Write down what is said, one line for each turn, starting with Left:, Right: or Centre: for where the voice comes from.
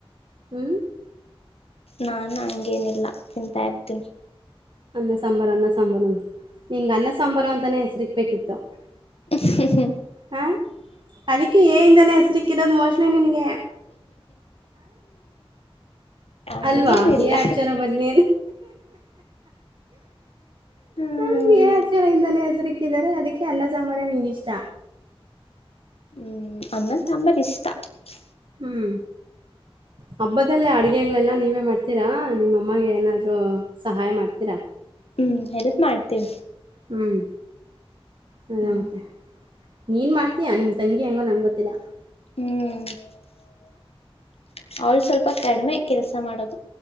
Right: ಹ್ಮ
Left: ನಾನ್ ಹಂಗೇನಿಲ್ಲ ಚಂತಾ ಇರ್ತೀನಿ
Right: ಅನ್ನ ಸಾಂಬಾರ ಅನ್ನ ಸಾಂಬಾರ ನಿಂಗ ಅನ್ನ ಸಾಂಬಾರ ಅಂತಾನೆ ಹೆಸರಿ ಪ್ಪೆ ಕತ್ತ <unintelligible> <inaudible>
Left: ಹ <inaudible>
Right: ಹಾ ಅದಕ್ಕೆ ಏ ಇಂದಾನೆ ಹೆಸರಿ ಕಿರೋದು ಮೋಸ್ಟ್ಲಿ ಗೆ
Left: ಹಂಗೇನಿಲ್ಲ
Right: ಅಲ್ವಾ ಅಕ್ಷರ ಬರ್ನ
Left: ಹ್ಮ್
Right: ಅ ಅಕ್ಷರ ಇಿಂದಾನೇ <unintelligible> <inaudible> ಕ್ಕಿದಿದ್ದಾರೆ ಅದಕ್ಕೆ ಎಲ್ಲಾ ಸರ ನಿಂಗ ಇಷ್ಟ
Left: ಹ್ಮ್ ಅನ್ನ ಸಂಭರಿಷ್ಟ ಹ
Right: ಹ್ಮ್ ಹಬ್ಬದಲ್ಲಿ ಅಡಿಗೆ ಏನ್ ಎಲ್ಲಾ ನೀವೇ ಮಾಡ್ತೀರಾ ನಿಮ್ಮಮ್ಮಗೆ ಏನಾದ್ರು ಸಹಾಯ ಮಾಡ್ತೀರಾ
Left: ಹ್ಮ್ ಸಹಾಯ ಮಾಡ್ತೇವಿ
Right: ಹ್ಮ್ ಅದೇ
Left: ಹ್ಮ್
Right: ಮತ್ತ <inaudible> ನೀನ್ ಮಾಡ್ತೀಯಾ ನಿಮ್ ತಂಗಿ ಹೆಂಗೋ ನಂಗ್ ಗೊತ್ತಿಲ್ಲಾ
Left: ಹ್ಮ ಅವಳ ಸ್ವಲ್ಪ ಕಡಿಮೆ ಕೆಲ್ಸ ಮಾಡೋದು.